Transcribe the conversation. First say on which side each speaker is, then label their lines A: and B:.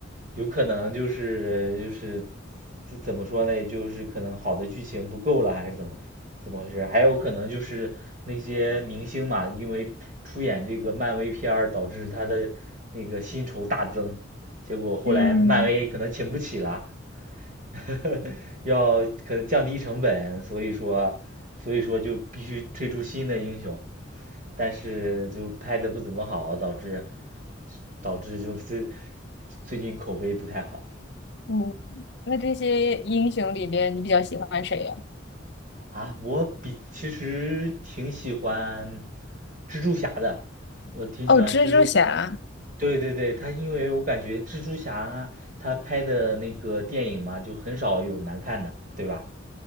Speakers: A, on the right; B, on the left.
A: 有可能就是就是怎怎么说嘞？就是可能好的剧情不够了，还是怎么怎么回事？还有可能就是那些明星嘛，因为出演这个漫威片儿，导致他的那个薪酬大增，结果后来漫威可能请不起了。
B: 嗯
A: <laughs> 要可能降低成本，所以说，所以说就必须推出新的英雄，但是就拍的不怎么好，导致导致就是最近口碑不太好
B: 嗯，那这些英雄里边，你比较喜欢谁呀、
A: 啊。我比其实挺喜欢蜘蛛侠的，我挺喜欢蜘蛛。
B: 哦，蜘蛛侠。
A: 对对对，他因为我感觉蜘蛛侠他拍的那个电影嘛，就很少有难看的，对吧？